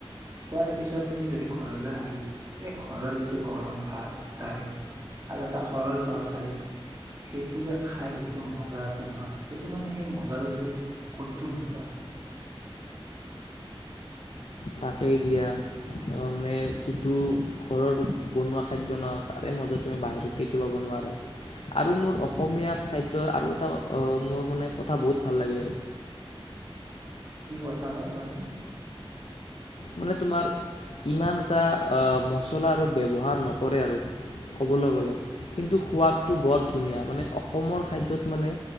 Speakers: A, on the right (about 35°); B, on the left (about 75°).
A: খোৱাৰ পিছত তুমি যদি ঘৰলৈ আহি এই ঘৰৰ যিটো গৰম ভাত দাইল আৰু এটা সৰল তৰকাৰী সেইটো যে খাই যিটো মজা আছে নহয় সেইটো মানে সেই মজাটো তুমি ক'তো নোপোৱা।
B: তাকেই দিয়া মানে যিটো ঘৰৰ বনোৱা খাদ্য ন' তাৰে মজা তুমি বাহিৰত কেতিয়াবা বনোৱাৰা আৰু মোৰ অসমীয়া খাদ্যৰ আৰু এটা মোৰ মানে কথা বহুত ভাল লাগে আৰু
A: কি কথা বা কোৱাচোন।
B: মানে তোমাৰ ইমান এটা মচলা আৰু ব্যৱহাৰ নকৰে আৰু ক'বলৈ গ'লে কিন্তু সোৱাদটো বৰ ধুনীয়া মানে অসমৰ খাদ্যত মানে